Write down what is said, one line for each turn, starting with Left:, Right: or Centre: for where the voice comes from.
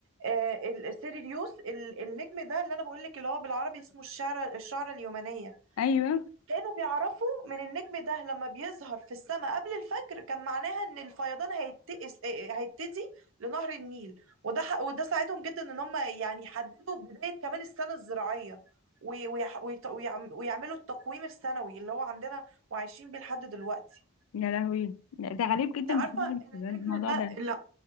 Right: آه، ال- سيريوس ال- النجم ده اللي انا بقول لك اللي هو بالعربي اسمه الشعره الشعره اليمنيه
Left: ايوه
Right: كانوا بيعرفوا من النجم ده لما بيظهر في السماء قبل الفجر كان معناها ان الفيضان هيبتئس آه، آه، هيبتدي لنهر النيل وده ح- وده ساعدهم جدا ان هم يعني يحددوا بداية كمان السنة الزراعية وي- ويح- ويط- ويعم- ويعملوا التقويم السنوي اللي هو عندنا وعايشين بيه لحد دلوقتي
Left: يا لهوي لا، ده غريب جدا
Right: انت عارفة
Left: بصراحه
Right: ان
Left: الموضوع
Right: النجم ده
Left: ده
Right: لا